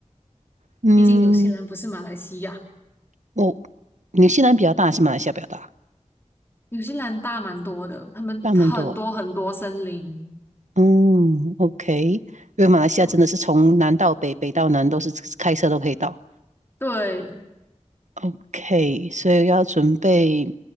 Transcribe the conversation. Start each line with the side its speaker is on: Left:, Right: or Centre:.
Right: 嗯，
Left: 毕竟纽西兰不是马来西亚，
Right: 我、纽西兰比较大，还是马来西亚比较大？
Left: 纽西兰大蛮多的，他们很多很多森林。
Right: 大蛮多。嗯，OK，因为马来西亚真的是从南到北，
Left: 对
Right: 北到南都是开车都可以到。
Left: 对，
Right: OK，所以要准备，